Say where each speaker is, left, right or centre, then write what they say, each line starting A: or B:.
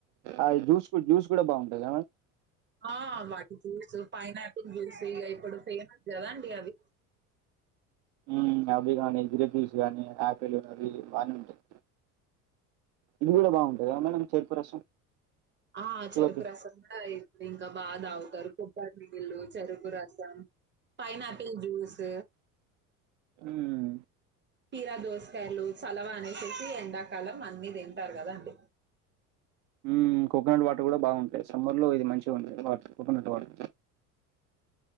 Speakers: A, on the right (about 55°); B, on the right (about 25°).
A: ఆయ్ జ్యూస్ కూ జ్యూస్ కూడా బాగుంటద
B: ఆ వాటి జ్యూస్ పైనాపిల్ జ్యూస్ ఇక ఇప్పుడు ఫేమస్ కదా అండి అవి
A: ఉమ్ అవి గాని గిర్ర్పీస్ గానీ ఆపిల్ అవి బానే ఉంటాయి ఇది కూడా బాగుంటద మేడం చేరుకు రసం
B: ఆ
A: షుగర్
B: చెరుకు
A: కి
B: రసం కూడా ఇప్పుడు ఇన్ కా బా దాగుతారు కొబ్బరి నీళ్ళు చెరుకు రసం పైన్ ఆపిల్ జూస్
A: ఉమ్
B: కీరా దోసకాయలు చలవా అనేసేసి ఎండాకాలం అన్ని తింటారు కదాండి
A: ఉమ్ కోకోనట్ వాటర్ కూడా బాగుంటాయి సమ్మర్లో ఇది మంచిగా ఉంటాయ్ వాటర్ కోకోనట్ వాటర్